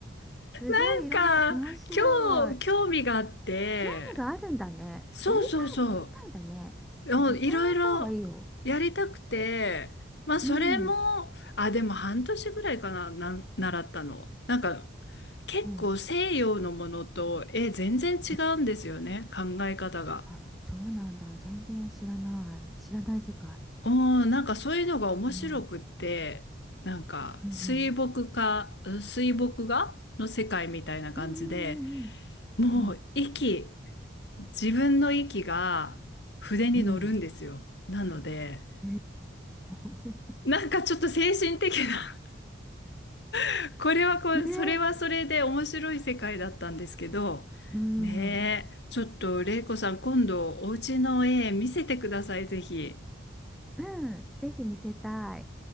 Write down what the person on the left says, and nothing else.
なんか、
今日、興味があって、
そうそうそ
う、
うんいろいろやりたくて、まあ、それも、
あ、でも半年ぐらいかな、な、習ったの。なんか、結構西洋のものと、
え、全然違うんですよね、
考え方が。
うん、なんかそういうのが面白くって、
なんか水墨画、
うん水墨画の世界みたいな感じで、
もう息、
自分の息が筆に乗るんですよ。
なので、
なんかちょっと精神的な <laughs> これはこれ、
それはそれで面白い世界だったんですけど、
ねえ、ちょっと玲子さん、今度お家の絵見せてください、ぜひ。